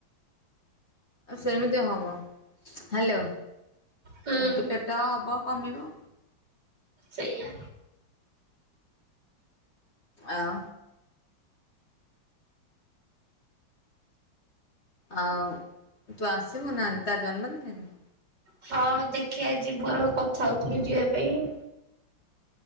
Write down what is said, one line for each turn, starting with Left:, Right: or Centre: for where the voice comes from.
Left: ସେମିତି ହବ ହ୍ୟାଲୋ।
Right: ହୁଁ
Left: ଏମିତି ପେଟ ହବ କମିବ।
Right: ସେଇଆ।
Left: ଆଉ ଆଉ ତୁ ଆସିବୁ ନା ତା ଜନ୍ମଦିନରେ?
Right: ହଁ ଦେଖିବା ଯିବୁ ଆମେ କଥା ହଉଥିଲୁ ଯିବା ପାଇଁ।